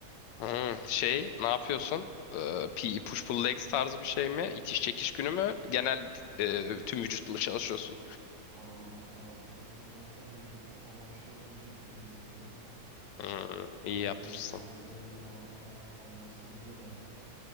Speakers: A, on the left; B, on the right.
A: Hmm, şey, ne yapıyorsun? Ee, PE push pull legs tarzı bir şey mi? İtiş çekiş günü mü? Genel e, tüm vücutla çalışıyorsun.
B: Abi daha çok uzun zaman sonra bugün ilk defa başladığım için tüm vücut girdim.
A: Hmm, iyi
B: Hani
A: yapmışsın.
B: bir her yerim bir yarına falan hamlasın diye de